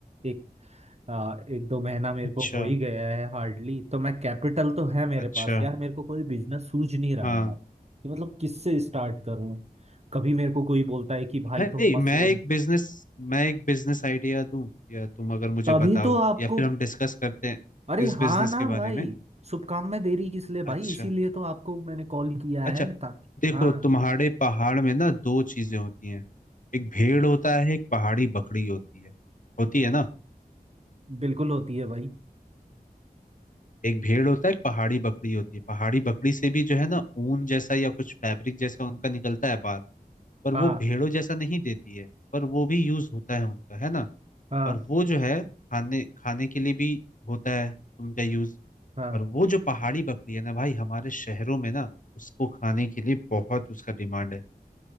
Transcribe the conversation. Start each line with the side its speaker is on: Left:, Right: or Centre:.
Right: एक आ, एक दो महीना मेरे
Left: अच्छा
Right: को हो ही गया है हार्डली तो मैं कैपिटल तो है मेरे
Left: अच्छा
Right: पास यार मेरे को कोई बिजनेस सूझ नहीं रहा
Left: हाँ
Right: यार कि मतलब किससे स्टार्ट करूँ कभी मेरे को कोई बोलता है कि भाई
Left: भाई
Right: तुम मशरूम
Left: मैं एक बिजनेस मैं एक बिजनेस आइडिया दूं या तुम अगर मुझे
Right: तभी
Left: बताओ
Right: तो आपको
Left: या फिर हम डिस्कस करते हैं
Right: अरे
Left: इस
Right: हाँ
Left: बिजनेस
Right: ना
Left: के बारे
Right: भाई
Left: में
Right: शुभकामनाएं देरी किस लिए भाई
Left: अच्छा
Right: इसीलिए तो आपको मैंने कॉल किया
Left: अच्छा
Right: है ताकि
Left: देखो
Right: हाँ
Left: तुम्हारे पहाड़ में ना दो चीजें होती हैं एक भेड़ होता है एक पहाड़ी बकरी होती है होती है ना
Right: बिल्कुल होती है भाई
Left: एक भेड़ होता है एक पहाड़ी बकरी होती है पहाड़ी बकरी से भी जो है ना ऊन जैसा या कुछ फैब्रिक जैसा उनका निकलता है बाल पर वो
Right: हाँ
Left: भेड़ों जैसा नहीं देती है पर वो भी यूज होता है उनका है ना
Right: हाँ
Left: और वो जो है खाने खाने के लिए भी होता है उनका यूज
Right: हाँ
Left: और वो जो पहाड़ी बकरी है ना भाई हमारे शहरों में ना उसको खाने के लिए बहुत उसका डिमांड है